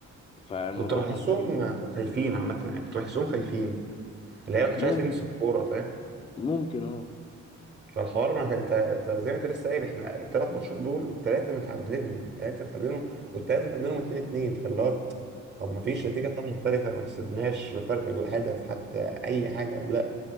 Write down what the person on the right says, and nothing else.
كنت بحسهم
خايفين عامة يعني كنت بحسهم
خايفين اللعيبة ما كانتش
عايز تلمس الكورة فاهم
فالحوار ما كان انت انت زي ما انت لسه قايل احنا الثلاث ماتشات دول الثلاثة متعادلينهم الثلاثة متعادلينهم والثلاثة متعادلينهم 2 2 فاللي هو طب ما فيش نتيجة طب مختلفة ما كسبناش بفرق جو- هدف حتى أي حاجة لا